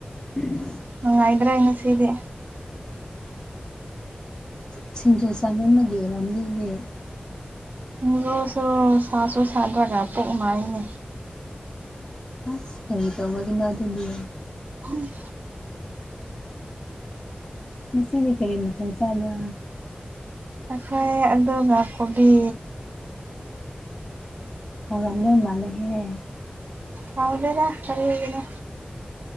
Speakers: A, on the left; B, on the right.
A: ꯎ
B: ꯅꯨꯉꯥꯏꯒꯔ‌ꯦ ꯉꯁꯤꯗꯤ
A: ꯁꯤꯁꯤꯡꯖꯨ ꯆꯃꯟꯕꯒꯤ ꯑꯣꯏꯔꯝꯅꯤꯌ‌ꯦ
B: ꯃꯨꯔ‌ꯣꯁꯨ ꯁꯥꯁꯨ ꯁꯥꯗ꯭ꯔꯒ ꯄꯨꯛ ꯅꯥꯏꯌ‌ꯦꯅꯦ
A: <unintelligible> ꯇꯧꯕꯒꯤꯗ ꯑꯗꯨꯒꯤ
B: ꯍꯨꯝ
A: ꯉꯁꯤꯗꯤ ꯀꯔꯤꯅ ꯃꯊ‌ꯦꯜ ꯆꯥꯕ꯭ꯔꯥ
B: ꯉꯁꯥꯏ ꯑꯂꯨꯒ ꯒ ꯀꯣꯕꯤ
A: <unintelligible> ꯃꯥꯜꯂ‌ꯦꯍꯦ
B: ꯍꯥꯎꯗ‌ꯦꯗ ꯀꯔꯤꯅ